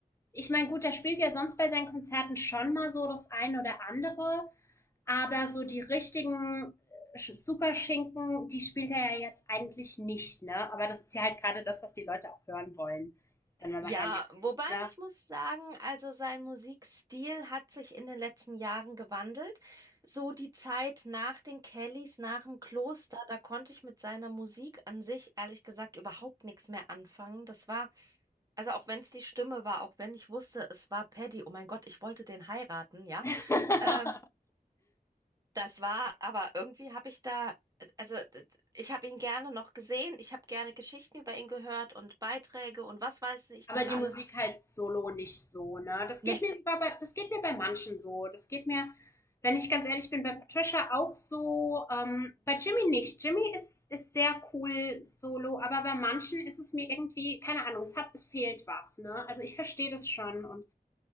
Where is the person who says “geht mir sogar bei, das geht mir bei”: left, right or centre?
Left